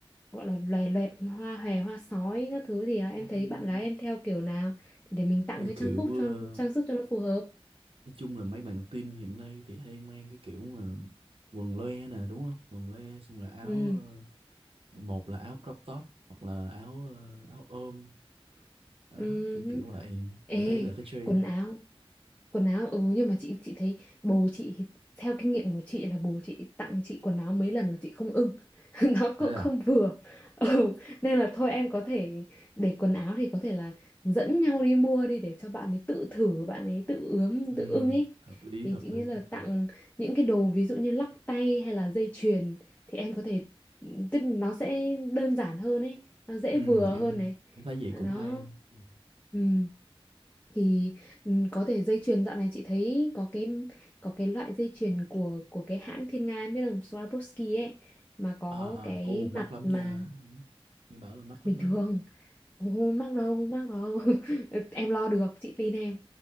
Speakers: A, on the left; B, on the right.
A: gọi là loè loẹt hoa hòe hoa sói các thứ thì à, em
B: Ừm,
A: thấy bạn gái em theo kiểu nào thì để mình tặng
B: theo
A: cái
B: kiểu
A: trang phục cho
B: ờ,
A: trang sức cho nó phù hợp
B: nói chung là mấy bạn teen hiện nay thì hay mang cái kiểu mà quần loe nè đúng không quần loe xong rồi áo
A: ừ
B: ờ, một là áo crop top hoặc là áo ờ, áo ôm đó
A: ừ
B: kiểu
A: hứ.
B: kiểu vậy
A: ê
B: em thấy là cái trend
A: quần áo quần áo ừ nhưng mà chị chị thấy bố chị thì- theo kinh nghiệm của chị là bố chị tặng chị quần áo mấy lần là chị không ưng <laughs> nó
B: thế
A: cũng
B: à
A: không vừa ừ nên là thôi em có thể để quần áo thì có thể là dẫn nhau đi mua đi để cho bạn ấy tự thử bạn ấy tự ướm
B: ừ,
A: tự ưng ấy
B: hợp lý
A: thì
B: hợp
A: chị
B: lý
A: nghĩ là
B: hợp lý
A: tặng những cái đồ ví dụ như lắc tay hay là dây chuyền thì em có thể ừ, tức là nó sẽ đơn giản hơn ấy nó dễ
B: ừ,
A: vừa
B: em
A: hơn này
B: em thấy vậy cũng
A: nó
B: hay ừ.
A: ừ. thì Ừ, có thể dây chuyền dạo này chị thấy có cái có cái loại dây chuyền của của cái hãng Thiên Nga em biết không Swarovski ấy mà có
B: à, à,
A: cái
B: ồ mắc
A: mặt
B: lắm
A: mà
B: nha nghe bảo là mắc lắm
A: bình
B: đó
A: thường không, không mắc đâu không mắc đâu <laughs> em lo được chị tin em